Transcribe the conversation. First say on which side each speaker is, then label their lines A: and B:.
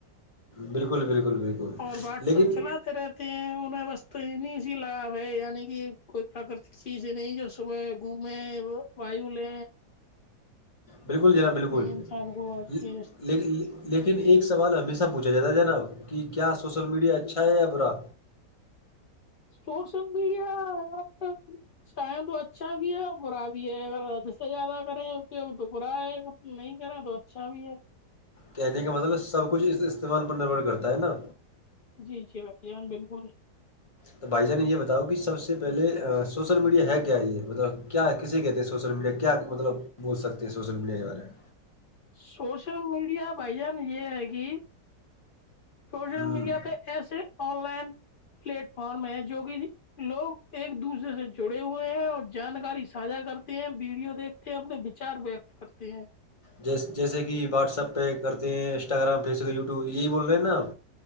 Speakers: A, on the left; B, on the left.
A: بالکل بالکل بالکل
B: اور واٹ
A: لیکن
B: سپ چلاتے رہتے ہیں ان میں بس تو انی سی لگاؤ ہے یعنی کہ کوئی پراکرتک چیزیں نہیں جو صبح گھومیں وایو لے
A: بالکل جنا بالکل
B: انسان کو آج
A: لے
B: کی استتی
A: لیکن لیکن ایک سوال ہمیشہ پوچھا جاتا جناب کہ کیا سوشل میڈیا اچھا ہے یا برا
B: سوشل میڈیا آج کل چاہیں تو اچھا بھی ہے اور برا بھی ہے اگر ادھ سے زیادہ کریں اپیوگ تو برا ہے ا نہیں کریں تو اچھا بھی ہے
A: کہنے کا مطلب سب کچھ استعمال پر نربھر کرتا ہے نا
B: جی جی بھائی جان بالکل
A: تو بھائی جان نے یہ بتاؤ کہ سب سے پہلے سوشل میڈیا ہے کیا یہ مطلب کیا کیسے کہتے ہیں سوشل میڈیا کیا مطلب بول سکتے ہیں سوشل میڈیا کے بارے میں
B: سوشل میڈیا بھائی جان یہ ہے کہ سوشل
A: میں
B: میڈیا پہ ایسے آن لائن پلیٹ فارم ہے جو کہ لوگ ایک دوسرے سے جڑے ہوئے ہیں اور جانکاری ساھا کرتے ہیں ویڈیو دیکھ یہ اپنے وچار وکت کرتے ہیں
A: جیس جیسے کہ واٹس ایپ پہ کرتے ہیں انسٹاگرام فیس بک یوٹیو یہی بول رہے ہیں نا آپ